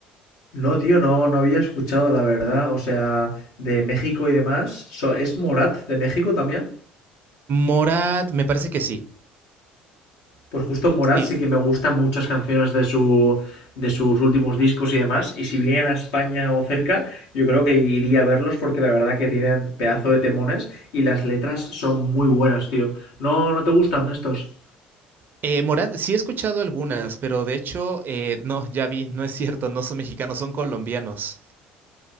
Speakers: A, on the left; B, on the right.
A: No, tío, no, no había escuchado, la verdad. O sea, de México y demás. So- ¿Es Morat de México también?
B: Morat, me parece que sí.
A: Pues justo Morat
B: Sí,
A: sí que me gustan muchas canciones de su de sus últimos discos y demás. Y si vienen a España o cerca, yo creo que iría a verlos porque la verdad que tienen pedazo de temones y las letras son muy buenas, tío. ¿No, no te gustan estos?
B: eh, Morat, sí he escuchado algunas, pero de hecho, eh, no, ya vi, no es cierto, no son mexicanos, son colombianos.